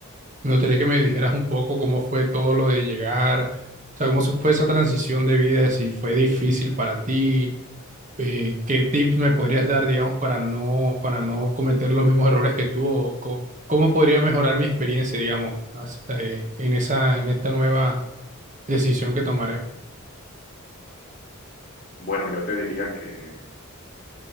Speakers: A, on the right (about 35°); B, on the left (about 40°).
A: me gustaría que me dijeras un poco cómo fue todo lo de llegar, o sea, cómo se fue esa transición de vida, si fue difícil para ti, eh, ¿qué tips me podrías dar, digamos, para no, para no cometer los mismos errores que tú? O co- ¿Cómo podría mejorar mi experiencia, digamos, as- eh, en esa, en esta nueva decisión que tomaré?
B: Bueno, yo te diría que,